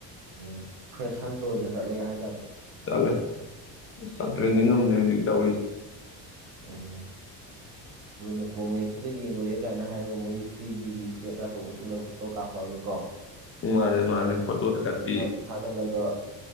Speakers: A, on the right; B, on the left.
A: ꯎꯝ ꯐꯦꯁꯟꯗ ꯑꯣꯏꯅ ꯆꯠꯂꯦ ꯍꯥꯏꯇꯥꯔꯦ
B: ꯆꯂꯦ ꯁꯇ꯭ꯔꯦꯖꯤ
A: ꯑꯗꯒꯤꯗꯤ
B: ꯉꯝ ꯅ ꯍꯧꯖꯤꯛ ꯇ ꯑꯣꯏꯣꯏ
A: ꯎꯝ ꯑꯩꯈꯣꯏꯅ ꯀꯣꯃꯦꯛꯁꯇꯀ ꯌꯦꯡꯉꯨꯔꯦ ꯀꯥꯏꯅ ꯍꯥꯏꯔꯒ ꯃꯣꯏꯒꯤ ꯊ꯭ꯔꯤ ꯗꯤꯒꯤ ꯏꯁꯄꯦꯛ ꯀꯥꯇꯣꯛ ꯎꯁꯤꯜꯂꯒ ꯐꯣꯇꯣ ꯀꯥꯄꯛꯑꯒ ꯀꯣ
B: ꯃꯥꯅꯦ ꯃꯥꯅꯦ ꯐꯣꯇꯣ ꯊꯥꯀꯠꯄꯤ
A: ꯑꯗꯨꯃꯥꯏꯅ ꯊꯥꯒꯠꯂꯒ